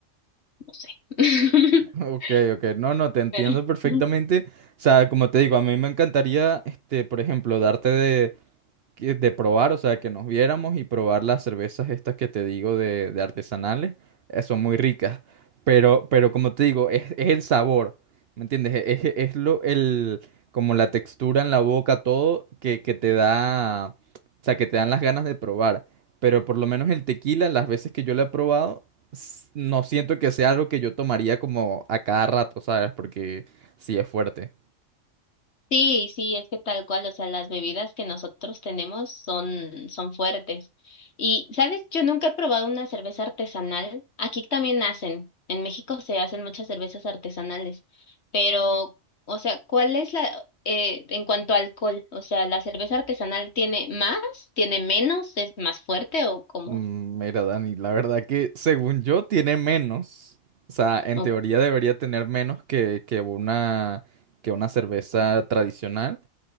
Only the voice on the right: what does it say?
Ok, ok. No, no, te entiendo
perfectamente. O sea, como te digo, a mí me encantaría, este, por ejemplo, darte de, que- de probar, o sea, que nos viéramos y probar las cervezas estas que te digo de, de artesanales, eh, son muy ricas. Pero, pero como te digo, es, es el sabor, ¿me entiendes? Es, es- es lo, el, como la textura en la boca, todo que, que te da, o sea, que te dan las ganas de probar. Pero por lo menos el tequila, las veces que yo lo he probado, s- no siento que sea algo que yo tomaría como a cada rato, ¿sabes? Porque sí es fuerte.
Mm, Mira, Dani, la verdad que según yo tiene menos. O sea, en
teoría debería tener menos que, que una, que una cerveza tradicional.